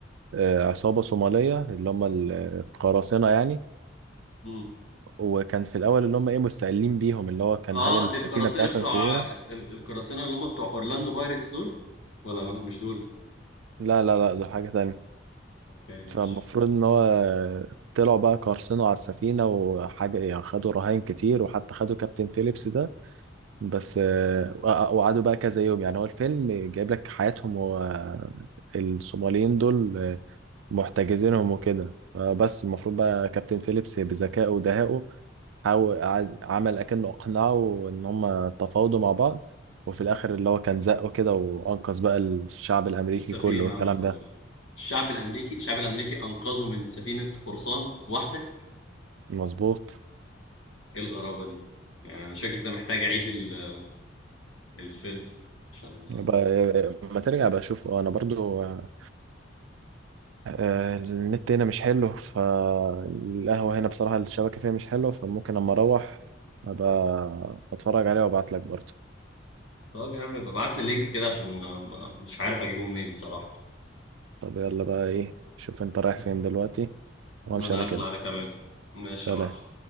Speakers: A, on the right; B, on the left.
A: آه، عصابه صوماليه اللي هم ال- القراصنه يعني
B: امم
A: وكان في الاول اللي هم ايه مستقلين بيهم اللي هو كان
B: اه
A: هي السفينه
B: دي القراصنه
A: بتاعتهم
B: بتوع
A: كبيره
B: ال- القراصنه اللي هم بتوع اورلاندو بايرتس دول ولا ما- مش دول
A: لا لا لا ده حاجة تانية
B: اوكي ماشي
A: فالمفروض إن هو طلعوا بقى قرصنوا على السفينة وحاجة يعني خدوا رهائن كتير وحتى خدوا كابتن فيليبس ده بس آه، وق- وقعدوا بقى كذا يوم يعني هو الفيلم جايب لك حياتهم هو الصوماليين دول آه، محتجزينهم وكده فبس المفروض بقى كابتن فيليبس بذكائه ودهائه حاول قعد- عمل أكنه أقنعه إن هم تفاوضوا مع بعض وفي الآخر اللي هو كان زقه كده وأنقذ بقى الشعب الأمريكي
B: السفينة
A: كله والكلام
B: وال...
A: ده
B: الشعب الأمريكي الشعب الأمريكي أنقذه من سفينة قرصان واحدة
A: مظبوط
B: إيه الغرابة دي يعني أنا شكلك ده محتاج أعيد ال- الفيلم عشان
A: يبقى ما ترجع بقى اشوف انا برضو آه، آه، النت هنا مش حلو فالقهوة هنا بصراحة الشبكة فيها مش حلوة فممكن اما اروح ابقى اتفرج عليها وابعت لك برضو
B: طب يا عم ببعت لي لينك كده عشان مش عارف أجيبه منين الصراحة
A: طب يلا بقى ايه شوف انت رايح
B: <laughs>
A: فين دلوقتي وامشي
B: أنا
A: انا
B: أخلع
A: كده
B: أنا كمان ماشي
A: سلام
B: يا معلم